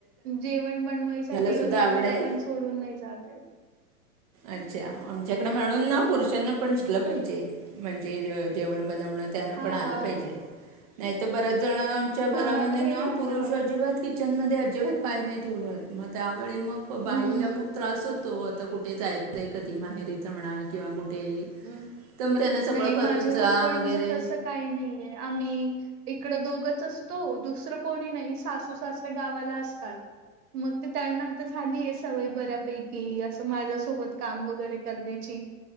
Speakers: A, on the right; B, on the right.
A: जेवण बनवायसाठी
B: सुद्धा
A: वगैरे
B: आवड
A: मला
B: आहे
A: पण सोडून नाई जात येत.
B: अच्छा आमच्याकडे म्हणून ना पुरुषांना पण शिकलं पाहिजे म्हणजे जेवण बनवन. ण त्यांना
A: हा
B: पण आल पाहीजे. नाहीतर बऱ्याच णांच्या घरामध्ये
A: हा हे
B: ना
A: आता
B: पुरुष अजिबात किचन मद्ये अजिबात पाय नाई ठेवत मग त्याव वेळी मग बाईला
A: हम्म
B: खूप त्रास होतो आता कुठे जायच. य कधी माहेरीच म्हणा किंवा कुठेही.
A: हम हम
B: तर मग त्यांना सगळं
A: नाई माझ्या
B: करून जा
A: हजबंडच
B: वगैरे
A: तस काई नाईय आम्ही इकड दोगच असतो दुसरं कोणी नाही सासू सासरे गावाला असतात. म ते त्यांना आता झालीय स सवय बऱ्यापैकी असं माझ्यासोबत काम वगैरे करण्याची.